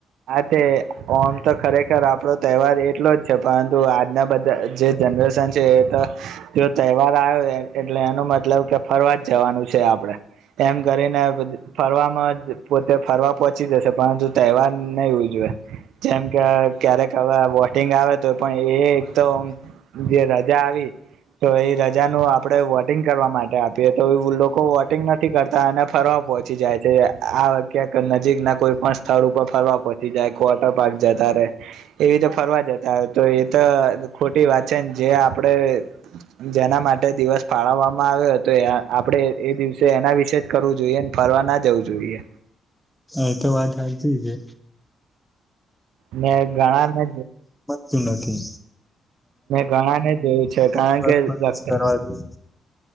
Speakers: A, on the right; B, in the centre.
A: કે ઓમ તો ખરેખર આપડો તહેવાર એટલો જ છે પરંતુ આજના બધા જે જનરેશન છે એ તો જો તહેવાર આવ્યો એટલે એનો મતલબ કે ફરવા જ જવાનું છે આપડે. એમ કરીને બધુ ફરવામાં જ પોતે ફરવા પહોંચી જશે પરંતુ તહેવાર નહી ઉજવે જેમ કે ક્યારેક હવે વોટિંગ આવે તો પણ એ એક તો જે રજા આવી તો એ રજાનું આપણે વોટિંગ કરવા માટે આપીએ તો એ લોકો વોટિંગ નથી કરતા અને ફરવા પહોંચી જાય છે આ કેક નજીક ના કોઈ પણ સ્થળ ઉપર ફરવા પહોંચી જાય કે વોટર પાર્ક જતા રહેે એવી રીતે ફરવા જતા હો તો એ તો ખોટી વાત છે ને જે આપણે જેના માટે દિવસ ફાળવવામાં આવ્યો હતો આપણે એ દિવસે એના વિશે જ કરવું જોઈએ ને ફરવા ના જવું જોઈએ.
B: એતો વાત હાચી જ હે.
A: ને ઘણા મે
B: સુ નથી.
A: ઘણાને જોયું છે કારણ
B: સર્વિસ
A: કે
B: કરવાથી